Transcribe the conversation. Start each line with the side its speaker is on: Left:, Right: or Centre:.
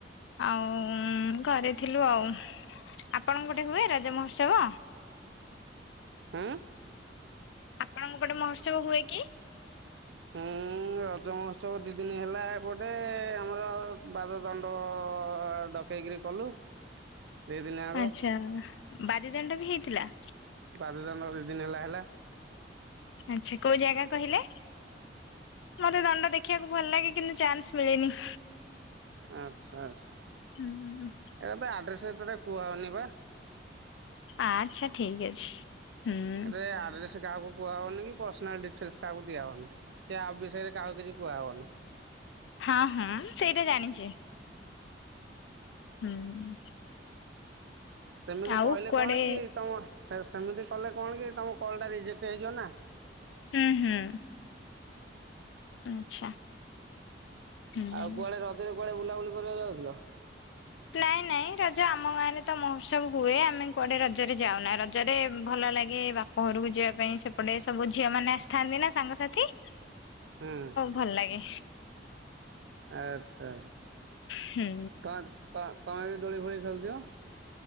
Left: ଆଉ ଘରେ ଥିଲୁ ଆଉ, ଆପଣଙ୍କ ପଟେ ହୁଏ ରଜ ମହୋତ୍ସବ?
Right: ଉଁ?
Left: ଆପଣଙ୍କ ପଟେ ମହୋତ୍ସବ ହୁଏ କି?
Right: ହୁଁ ରଜ ମହୋତ୍ସବ ଦି ଦିନ ହେଲା ଏପଟେ, ଆମର ବାଦ ଦଣ୍ଡ ଡ କେଇକିରି କଲୁ। ଦୁଇ ଦିନ ଆଗ
Left: ଆଚ୍ଛା, ବାରି ଦଣ୍ଡ ବି ହେଇଥିଲା?
Right: ବାରି ଦଣ୍ଡ ଦି ଦିନ ହେଲା-ହେଲା।
Left: ଆଚ୍ଛା, କୋଉ ଜାଗା କହିଲେ? ମତେ ଦଣ୍ଡ ଦେଖିଆକୁ ଭଲ ଲାଗେ କିନ୍ତୁ ଚାନ୍ସ ମିଳେନି।
Right: ଆଚ୍ଛା-ଆଚ୍ଛା
Left: ହୁଁ
Right: ଏଟା ତ ଆଡ଼୍ରେସ୍ ଏଟାଟା କୁହା ହଉନି ବା।
Left: ଆଚ୍ଛା, ଠିକ୍ ଅଛି। ହୁଁ
Right: ଏଠାରେ ଆଡ୍ରେସ୍ କାହାକୁ କୁହାହେଉନି କି ପର୍ସନାଲ୍ ଡିଟେଲ୍ସ କାହାକୁ ଦିଆହଉନି କି ଆପ୍ ବିଷୟରେ କାହାକୁ କିଛି କୁହା ହବନି।
Left: ହଁ-ହଁ ସେଇଟା ଜାଣିଚି। ହୁଁ।
Right: ସେମିତି
Left: ଆଉ
Right: କହିଲେ
Left: କୁଆଡେ
Right: କଣ କି ତମ, ସେମିତି କଲେ କଣ କି ତମ କଲ୍ ଟା ରେଜେକ୍ଟ ହେଇଯିବ ନା।
Left: ହୁଁ-ହୁଁ ଆଚ୍ଛା। ହୁଁ।
Right: ଆଉ କୁଆଡ଼େ ରଜେରେ କୁଆଡ଼େ ବୁଲାବୁଲି କରିବାକୁ ଯାଉଥିଲ?
Left: ନାଇଁ-ନାଇଁ ରଜ ଆମ ଗାଁ ରେ ତ ମହୋତ୍ସବ ହୁଏ ଆମେ କୁଆଡେ ରଜରେ ଯାଉନା, ରଜରେ ଭଲ ଲାଗେ ବା ପ ଘରୁକୁ ଯିବା ପାଇଁ, ସେପଟେ ସବୁ ଝିଅ ମାନେ ଆସିଥାନ୍ତି ନା ସାଙ୍ଗସାଥି
Right: ହୁଁ।
Left: ଭଲ୍ ଲାଗେ।
Right: ଆଚ୍ଛା,
Left: ହୁଁ।
Right: ତମେ-ତମେ ବି ଦୋଳି ଫୋଳି ଖେଳୁଥିବ?